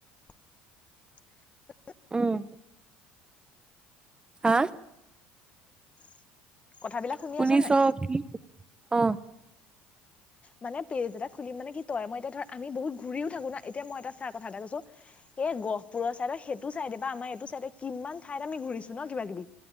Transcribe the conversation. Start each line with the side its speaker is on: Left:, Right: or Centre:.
Left: <inaudible>
Right: উম। হা।
Left: <inaudible> কথাবিলাক শুনি
Right: শুনিছ
Left: আছ নে?
Right: কি অ।
Left: মানে পেজ এটা খুলি মানে কি- ত মই এতিয়া ধৰ, আমি বহুত ঘুৰিও থাকো না এতিয়া মই এটা চা- কথা এটা কৈছো, সেই গহপুৰৰ চাইডৰ সেইটো চাইডে বা আমাৰ এইটো চাইডে কিমান ঠাইত আমি ঘুৰিছো ন কিবা কিবি